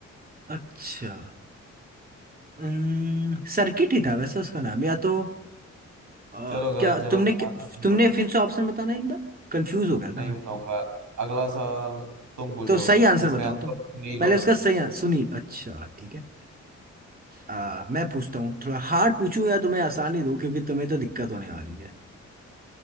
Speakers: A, on the right; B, on the right.
A: अच्छा अम्म, सर्किट ही था वैसे उसका नाम या तो अ,
B: चलो गलत
A: क्या
B: जवाब
A: तुमने
B: बात खत्म
A: तुमने
B: करो
A: फिर से ऑप्शन बताना एक बार कंफ्यूज हो गया था
B: नहीं
A: मैं
B: बताऊंगा अगला सवाल तुम पूछो
A: तो सही आंसर
B: इसका
A: बताओ
B: आंसर
A: तुम
B: सुनील
A: पहले
B: होगा
A: उसका सही आंसर सुनील अच्छा ठीक है अ, मैं पूछता हूँ थोड़ा हार्ड पूछूं या तुम्हें आसानी दो क्योंकि तुम्हें तो दिक्कत होने वाली है